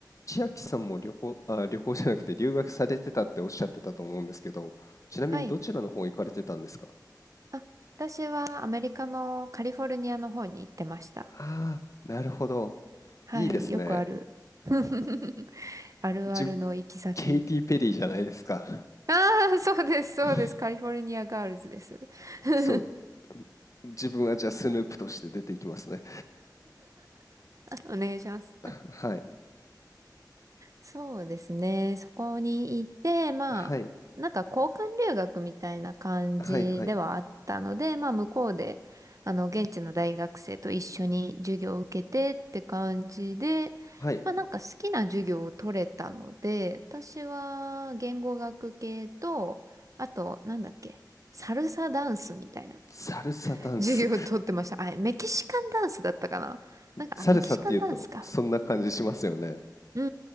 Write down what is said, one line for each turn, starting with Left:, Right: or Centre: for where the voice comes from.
Left: 千秋さんも旅行、<laughs> あ、旅行じゃなくて留学されてたっておっしゃってたと思うんですけど、ちなみにどちらの方行かれてたんですか
Right: はい。あ、私はアメリカのカリフォルニアの方に行ってました。
Left: ああー、なるほど。
Right: はい。
Left: いいですね。
Right: よくある。<laughs> あるあるの行き先。
Left: 自ケイティ・ペリーじゃないですか。
Right: ああ、そうです、そうです。
Left: <laughs>
Right: カリフォルニアガールズです。<laughs>
Left: そう。自分はじゃあスヌープとして出ていきますね。
Right: お願いします。
Left: <laughs> はい。
Right: そうですね。そこにいて、まあ、
Left: はい。
Right: なんか交換留学みたいな感じではあったので、
Left: はい。はい。
Right: まあ向こうで、あの、現地の大学生と一緒に授業を受けてって感じで、
Left: はい。
Right: まあなんか好きな授業を取れたので、私は言語学系と、あと、なんだっけ、サルサダンスみたいな
Left: サルサダンス。
Right: <laughs> 授業を取ってました。あ、メキシカンダンスだったかななんか、
Left: <laughs> サルサっていうと、
Right: あ、メキシカンダンスか。
Left: そんな感じしますよね。
Right: うー